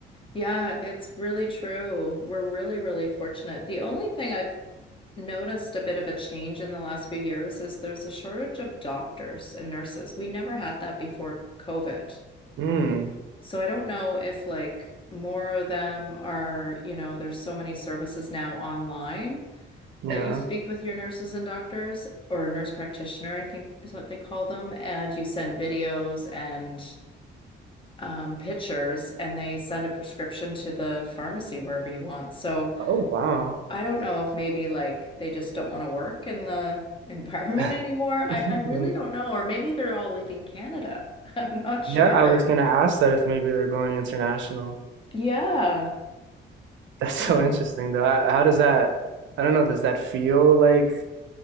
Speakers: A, on the left; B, on the right.
A: Yeah, it's really true. We're really, really fortunate. The only thing I've noticed a bit of a change in the last few years is there's a shortage of doctors and nurses. We never had that before COVID.
B: Hmm.
A: So I don't know if like more of them are, you know, there's so many services now online
B: Yeah.
A: that you speak with your nurses and doctors, or a nurse practitioner, I think is what they call them, and you send videos and um, pictures, and they send a prescription to the pharmacy wherever you want. So
B: Oh, wow.
A: I don't know if maybe like they just don't want to work in the <laughs> environment
B: <laughs>
A: anymore. I, I really don't know. Or maybe they're all leaving Canada. <laughs> I'm not sure.
B: Yeah, I was gonna ask that if maybe they're going international.
A: Yeah.
B: That's so
A: Yeah.
B: interesting, though. I, how does that? I don't know. Does that feel like?